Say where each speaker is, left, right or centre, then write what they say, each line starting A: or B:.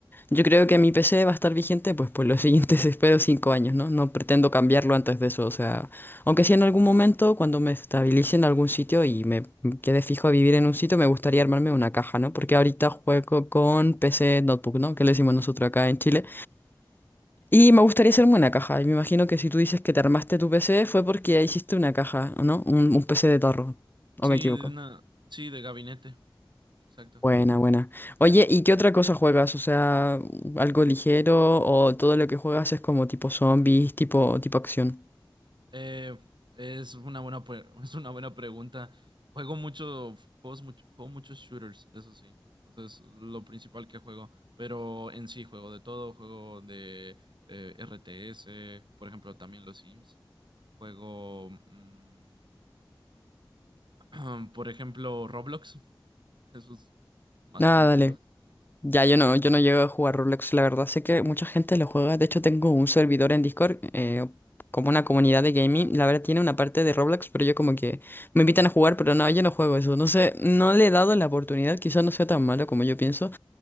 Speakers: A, on the left; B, on the right.
A: Yo creo que mi PC va a estar vigente pues por los siguientes, <laughs> espero, cinco años, ¿no? No pretendo cambiarlo antes de eso, o sea, aunque sí en algún momento, cuando me estabilice en algún sitio y me quede fijo a vivir en un sitio, me gustaría armarme una caja, ¿no? Porque ahorita juego con PC Notebook, ¿no? Que le decimos nosotros acá en Chile. Y me gustaría hacerme una caja. Y me imagino que si tú dices que te armaste tu PC fue porque hiciste una caja, ¿o no? Un, un PC de tarro. ¿O
B: Sí,
A: me equivoco?
B: de una, sí, de gabinete, exacto.
A: Buena, buena. Oye, ¿y qué otra cosa juegas? O sea, algo ligero o todo lo que juegas es como tipo zombies, tipo, tipo acción.
B: Eh, es una buena, pre- <laughs> es una buena pregunta. Juego mucho, juegos mucho, juego muchos shooters, eso sí. Eso es lo principal que juego. Pero en sí juego de todo, juego de eh, RTS, por ejemplo, también los Sims. Juego, mm, <clears throat> por ejemplo, Roblox. <laughs> Eso es más
A: Nada,
B: tranquilo.
A: dale. Ya yo no, yo no llego a jugar Roblox, la verdad. Sé que mucha gente lo juega. De hecho, tengo un servidor en Discord, eh, como una comunidad de gaming. La verdad tiene una parte de Roblox, pero yo como que me invitan a jugar, pero no, yo no juego eso. No sé, no le he dado la oportunidad. Quizás no sea tan malo como yo pienso.